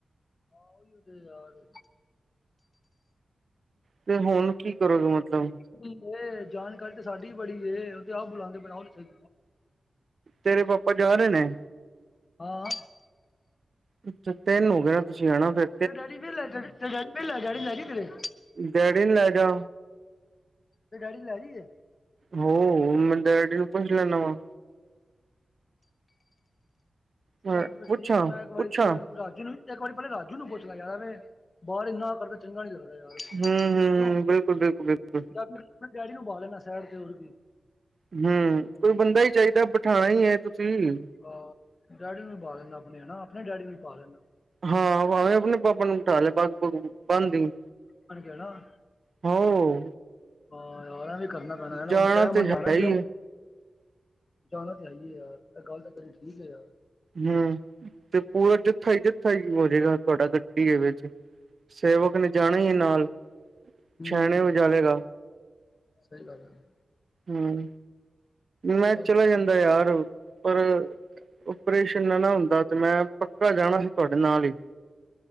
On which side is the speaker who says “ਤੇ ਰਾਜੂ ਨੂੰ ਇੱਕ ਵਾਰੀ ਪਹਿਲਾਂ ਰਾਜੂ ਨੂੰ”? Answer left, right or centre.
Left